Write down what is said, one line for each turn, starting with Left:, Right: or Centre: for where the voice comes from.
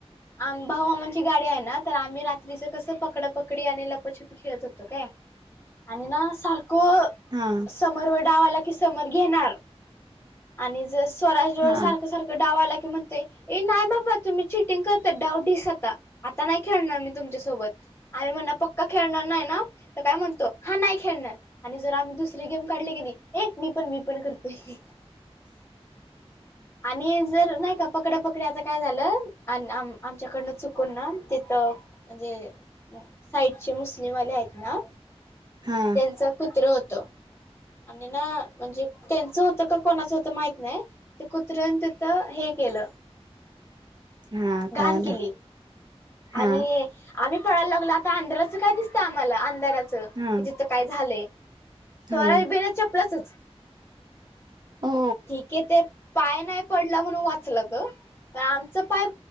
Left: आम भाऊ आमांची गाडी आहे ना तर आम्ही रात्रीच कसं पकड पकडी आणि लपाछपी खेळत होतो काय आणि ना सारखं
Right: हा.
Left: समोर व डावा आला की समोर घेणार आणि जस स्वराजळ
Right: हा
Left: सारखं सारखं डावा आला की म्हणते ए नाही बाबा तुम्ही चिटिंग करता डाव दिसता. आता नाही खेळणार मी तुमच्यासोबत आम्ही म्हणणार पक्का खेळणार नाही ना तर काय म्हणतो. हा नाही खेळणार आणि जर आम्ही दुसरी गेम काढले की नाही एक मी पण मी पण करतोय. आणि जर नाही का पकड पकडी आता काय झालं. आमच्याकडनं चुकून ना तिथं म्हणजे साईडचे मुस्लिमवाले आहेत ना
Right: हा
Left: त्यांचं कुत्र होत. आणि ना म्हणजे टेनचं होतं का कोणाचं होतं माहित नाही. ते कुत्र्यान तिथं हे केलं --
Right: हा कळालं
Left: घाण केली
Right: हा
Left: आणि आम्ही पळाय लागलो आता आंधांराच काय दिसतंय आम्हाला अंधारात? <unintelligible>
Right: हा
Left: कि तिथं काय झालंय. स्वराज
Right: हा
Left: बिना चपलाचचं.
Right: ओ
Left: ठीक आहे ते पाय नाही पडला म्हणून वाचला त पण आमचं पाय